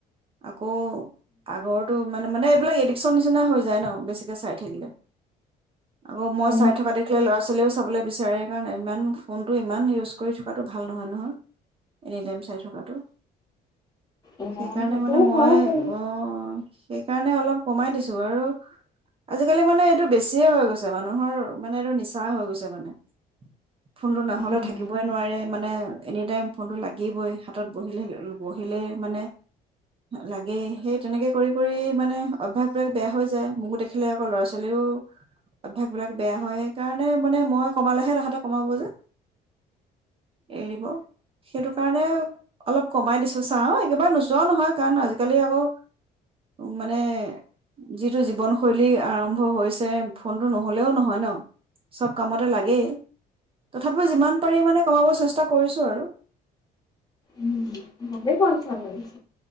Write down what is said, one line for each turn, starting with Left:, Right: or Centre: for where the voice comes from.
Right: আ কৌ, আগৰটো মানে-মানে এইবিলাক এডিক্শ্যন নিচিনা হৈ যায় ন বেছিকে চাই থাকিলে আকৌ মই
Left: অ
Right: চাই থকা দেখিলে ল'ৰা ছোৱালীয়েও চাবলৈ বিচাৰে কাৰণ ইমান ফোনটো ইমান ইউজ কৰি থকাটো ভাল নহয় নহয় এনিটাইম চাই থকাটো
Left: এ
Right: সেইকাৰণে
Left: সেইটো
Right: মানে মই
Left: হয় বাৰু
Right: অ সেইকাৰণে অলপ কমাই দিছো আৰু আজিকালি মানে এইটো বেছি হৈ গৈছে মানুহৰ মানে এইটো নিচা হৈ গৈছে মানে। ফোনটো নহ'লে
Left: উম
Right: থাকিবই নোৱাৰে মানে এনিটাইম ফোনটো লাগিবই হাতত বহিলে বহিলেই মানে লাগেই সেই তেনেকৈ কৰি কৰি মানে অভ্যাসবিলাক বেয়া হৈ যায় মোকো দেখিলে আকৌ ল'ৰা ছোৱালীও অভ্যস্বিলাক বেয়া হয় সেইকাৰণে মানে মই কমালেহে তাহাঁতে কমাব যে এৰিব সেইটো কাৰণে অলপ কমাই দিছো চা একেবাৰে নোচোৱাও নহয় কাৰণ আজিকালি আকৌ মানে যিটো জীৱনশৈলী আৰম্ভ হৈছে ফোনতটো নহলেও নহয় ন চব কামতে লাগেই তথাপিও যিমান পাৰি মানে কমাব চেষ্টা কৰিছোঁ আৰু
Left: উম মে কন চালিছ